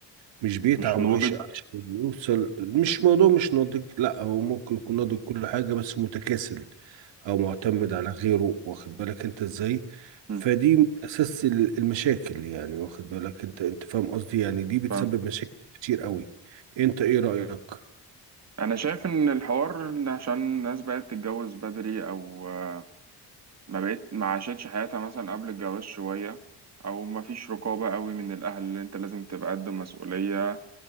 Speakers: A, on the right (about 85°); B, on the right (about 35°).
A: مش بيتعب
B: مش ناضج
A: ويشقى عشان يوصل مش موضوع مش ناضج لا هو ممكن يكون ناضج كل حاجة بس متكاسل او معتمد على غيره واخد بالك انت ازاي
B: مم.
A: فدي من اساس ال- المشاكل يعني واخد بالك انت انت فاهم قصدي يعني دي بتسبب
B: فأنا
A: مشاكل كتير قوي انت ايه رأيك
B: شايف إن الحوار إن عشان الناس بقت تتجوز بدري أو آه، ما بقت ما عاشتش حياتها مثلا قبل الجواز شوية أو ما فيش رقابة قوي من الأهل اللي أنت لازم تبقى قد مسؤولية